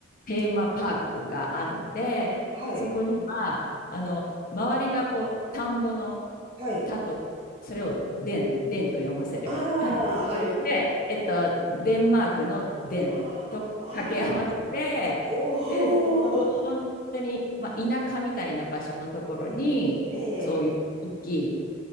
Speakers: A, on the left; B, on the right.
A: テーマパークがあって、
B: ん。はい、
A: そこには、あの、周りがこう、田んぼの
B: はい。
A: 田と、それをデン、デンと読ませる。
B: ああ、はい。
A: で、えっと、デンマークのデンと掛け合わせて、
B: ああ、ああ、おお、
A: で、そこがもう本当に、まあ、田舎みたいな場所のところに、
B: ええ、
A: そういう大きい、